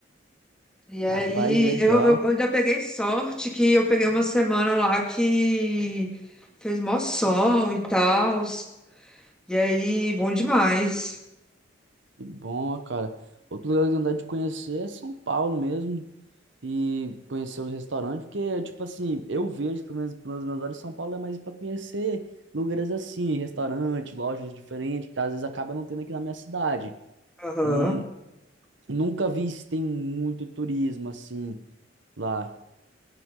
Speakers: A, in the centre; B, on the right.
A: E aí
B: Rapaz, legal.
A: eu, eu ainda peguei sorte que eu peguei uma semana lá que fez mó sol e tal, e aí bom demais.
B: Que bom, ó, cara. Outro lugar que eu tenho vontade de conhecer é São Paulo mesmo. e conhecer os restaurantes, porque, tipo assim, eu vejo, pelo menos pelos meus olhos, São Paulo é mais para conhecer lugares assim, restaurantes, lojas diferentes, que às vezes acaba não tendo aqui na minha cidade.
A: Aham.
B: Nun- nunca vi se tem muito turismo assim lá.